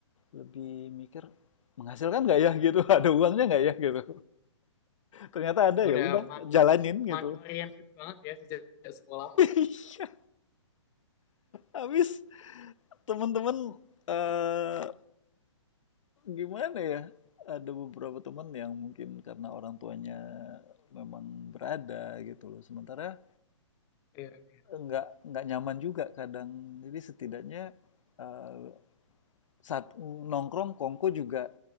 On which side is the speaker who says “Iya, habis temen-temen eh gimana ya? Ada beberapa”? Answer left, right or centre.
Left